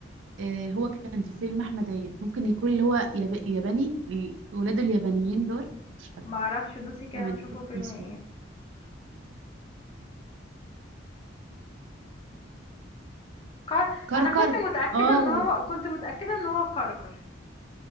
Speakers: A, on the right; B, on the left.
A: آه... هو كان في فيلم أحمد عيد ممكن يكون اللي هو يب... ياباني ال- ولاده اليابانيين دول مش فاكرة
B: ما اعرفش دوسي كده
A: دايما
B: نشوفه فيلم
A: نسيت.
B: ايه كار...
A: كركر
B: انا كنت متاكده
A: آه
B: ان هو كنت متاكده ان هو كركر